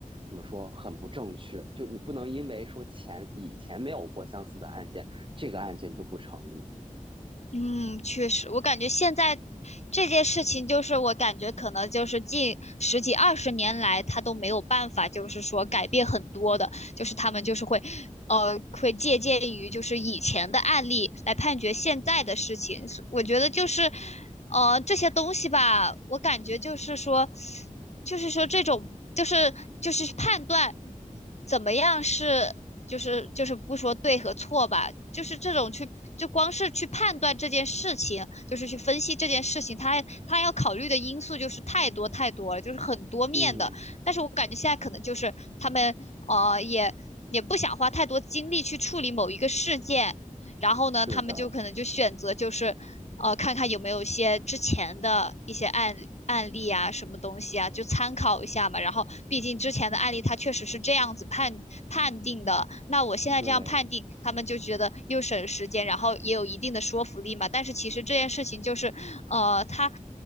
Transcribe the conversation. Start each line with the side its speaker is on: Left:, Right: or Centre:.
Right: 怎么说，很不正确。就你不能因为说前以前没有过相似的案件，这个案件就不成立。
Left: 嗯，确实，我感觉现在这件事情，就是我感觉可能就是近十几二十年来，他都没有办法，就是说改变很多的，就是他们就是会，呃，会借鉴于就是以前的案例来判决现在的事情。所我觉得就是，呃，这些东西吧，我感觉就是说，就是说这种就是就是判断怎么样是。就是就是不说对和错吧，就是这种去就光是去判断这件事情，就是去分析这件事情，他他要考虑的因素就是太多太多了，就是很多面的。
Right: 嗯，
Left: 但是我感觉现在可能就是他们呃也也不想花太多精力去处理某一个事件，然后呢，
Right: 对的，
Left: 他们就可能就选择就是呃看看有没有一些之前的一些案案例啊，什么东西啊，就参考一下嘛。然后毕竟之前的案例它确实是这样子判判定的，那我现在这样判定，
Right: 对，
Left: 他们就觉得又省时间，然后也有一定的说服力嘛。但是其实这件事情就是呃，他。